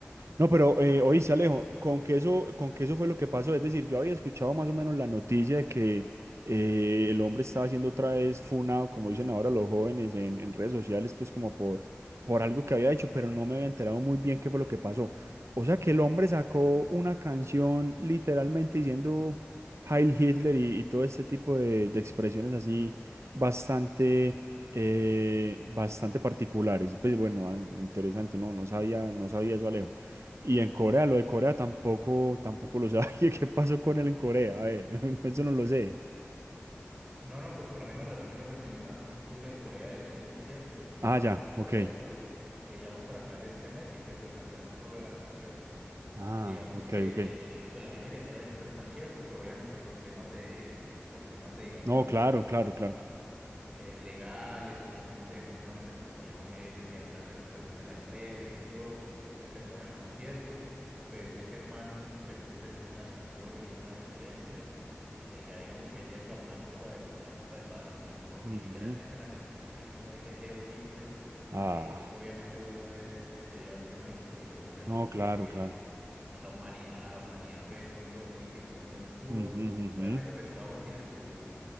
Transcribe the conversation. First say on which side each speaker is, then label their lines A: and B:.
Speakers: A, on the right; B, on the right.
A: No, pero eh, oíste, Alejo, con que eso, con que eso fue lo que pasó. Es decir, yo había escuchado más o menos la noticia de que eh, el hombre estaba siendo otra vez funado, como dicen ahora los jóvenes en, en redes sociales, pues como por, por algo que había hecho, pero no me había enterado muy bien qué fue lo que pasó. O sea que el hombre sacó una canción literalmente diciendo Heil Hitler y, y todo este tipo de, de expresiones así bastante eh, bastante particulares. Pues bueno, ah, interesante, no, no sabía, no sabía eso, Alejo. Y en Corea, lo de Corea tampoco, tampoco lo sabía. <laughs> ¿Qué pasó con él en Corea? A ver, <laughs> no, eso no lo sé.
B: No, no, pues por la misma razón el hombre tenía una, un tour en Corea de tres conciertos,
A: Ah, ya,
B: en Corea
A: ok.
B: del Sur, eh, digamos para finales de este mes, y pues lo cancelaron por lo de la canción.
A: Ah,
B: Digamos
A: ok,
B: que
A: ok.
B: eh, pues la gente que está organizando el concierto, pues obviamente por temas de, por temas de, digamos,
A: No, claro,
B: eh,
A: claro, claro.
B: eh, legales y por temas de, de pronto no meterse en problemas ellos y dañar la reputación de la empresa y todo, pues cancelaron el concierto, pues este man pues se puso a decirles unas canciones, hizo unas referencias, eh, ya digamos que ahí derramó la copa del, la copa del vaso con, porque
A: Ujú.
B: literalmente en la canción se escucha como dice Hail Hitler,
A: Ah,
B: que es obviamente vos sabes, debido a temas históricos, pues
A: no,
B: algo
A: claro,
B: que, que
A: claro.
B: a la humanidad, a la humanidad pues fue un, pro- un episodio muy oscuro.
A: Ujú, ujú,
B: Obviamente pues cada uno tiene sus